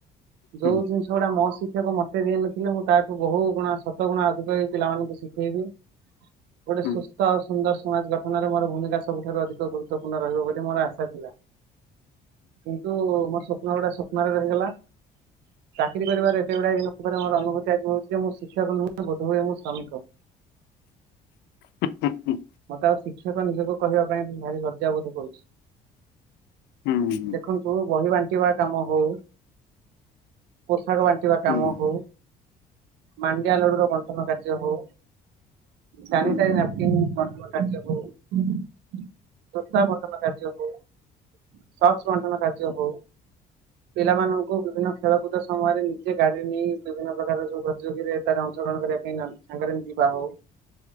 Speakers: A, on the left; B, on the right.
A: ହୁଁ
B: ଯୋଉ ଜିନିଷ ସେଗୁଡା ମୋ ଶିକ୍ଷକ ମତେ ଦେଇ ନଥିଲେ ମୁଁ ତା ବହୁ ଗୁଣା ସତ୍ତ ଗୁଣା ଅଧିକ ଏଇ ପିଲାମାନଙ୍କୁ ଶିଖେଇବି। ଗୋଟେ
A: ହୁଁ
B: ସୁସ୍ଥ ଆଉ ସୁନ୍ଦର ସମାଜ ଗଠନରେ ମୋର ଭୂମିକା ସବୁଠାରୁ ଅଧିକ ଗୁରୁତ୍ୱପୂର୍ଣ୍ଣ ରହିବ ବୋଲି ମୋର ଆଶା ଥିଲା। କିନ୍ତୁ ମୋର ସ୍ୱପ୍ନ ଗୁଡା ସ୍ୱପ୍ନରେ ରହିଗଲା। ଚାକିରି କରିବାରେ ଏତେ ଗୁଡ଼ାଏ ଜିନିଷରେ ମୋର ଅନୁଭୂ ମତେ ଆଜି ଲାଗୁଛି ଯେ ମୁଁ ଶିକ୍ଷକ ନୁହଁ ବୋଧ ହୁଏ ମୁଁ ଶ୍ରମିକ।
A: ହୁଁ ହୁଁ ହୁଁ।
B: ମତେ ଆଉ ଶିକ୍ଷକ ନିଜକୁ କହିବା ପାଇଁ ମୁଁ ଭାରି ଲଜ୍ଜା ବୋଧ କରୁଛି।
A: ହୁଁ ହୁଁ
B: ଦେଖନ ତୁ ବହି ବାଣ୍ଟିବା କାମ ହଉ ପୋଷାକ ବା ଣ୍ଟିବା
A: ହୁଁ
B: କାମ ହଉ ମାଣ୍ଡିଆ ଲଡୁର ବଣ୍ଟନ କାର୍ଯ୍ୟ ହଉ ସାନିଟା
A: ହୁଁ
B: <inaudible> ବଣ୍ଟନ କାର୍ଯ୍ୟ ହଉ ଜୋତା ବଣ୍ଟନ କାର୍ଯ୍ୟ ହଉ ସକ୍ସ୍ ବଣ୍ଟନ କଯ୍ୟ ହଉ ପିଲାମାନଙ୍କୁ ବିଭିନ୍ନ ଖେଳ କୁଦ ସମୟରେ ନିଜେ ଗାଡିରେ ନେଇ କି ବିଭିନ୍ନ ପ୍ରକାରର ସବୁ ପ୍ରତିଯୋଗୀରେ ତାରେ ଅଂଶଗ୍ରହଣ କରିବା ପାଇଁ ସାଙ୍ଗରେ ଯିବା ହଉ